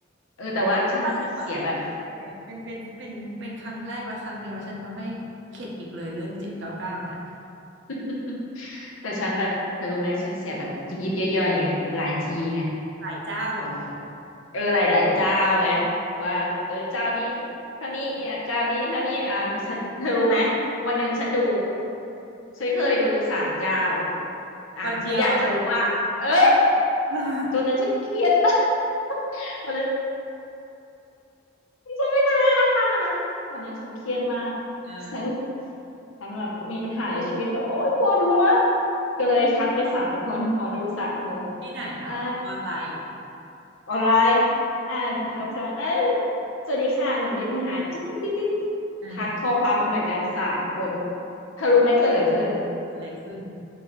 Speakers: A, on the left; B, on the right.
A: เออแต่ว่าฉันเสียแบบ
B: ถ้าฉันว่าแพงเลยอ่ะเป็นเป็นเป็นเป็นครั้งแรกและครั้งเดียวแล้วฉันก็ไม่เข็ดอีกเลยเรื่องเจ็ดเก้าเก้าเนี่ย
A: <laughs> แต่ฉันแบบเธอรู้ไหมฉันเสียแบบยิบยิบย่อยๆไงหลายทีไง
B: หลายเจ้าเหรอ
A: เออ เออหลายหลายเจ้าไงว่าเออเจ้านี้เท่านี้อ่ะเจ้านี้เท่านี้อ่ะฉันเธอรู้ไหมวันหนึ่งฉันดูฉันเคยดูสามเจ้าอ่ะฉันอยากจะรู้ว่าเออ
B: วันเดียวอ่ะ <laughs>
A: ตอนนั้นฉันเครียด <laughs> พอเลยฉันไม่เคยเล่าให้ฟังเลยนะตอนนั้นฉันเครียดมาก
B: เออ
A: ฉันฉันแบบมีปัญหาในชีวิตแบบโอ๊ยปวดหัวก็เลยทักไปสามคนหมอดูสามคน
B: ที่ไหนอะออนไลน์เหรอ
A: อ่า ออนไลน์อ่านคำสั่เออสวัสดีค่ะ หนูมีปัญหาจิ๊ดจิ๊ดจิ๊ดจิ๊ด
B: อ่า
A: ทักข้อความไปเหมือนกันสามคนเธอรู้ไหมเกิดอะไรขึ้น
B: เกิดอะไรขึ้น